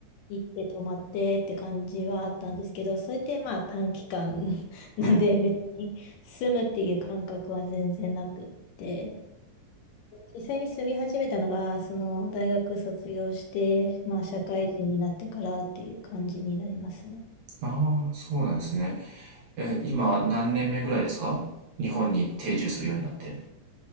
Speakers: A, on the left; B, on the right.
A: 行って泊まってって感じはあったんですけど、それってまあ短期間 <laughs> なんで別に住むっていう感覚は全然なくって。
B: うん。
A: 実際に住み始めたのが、その大学卒業して、まあ社会人になってからっていう感じになりますね。
B: ああ、そうなんですね。え、今何年目ぐらいですか日本に定住するようになって。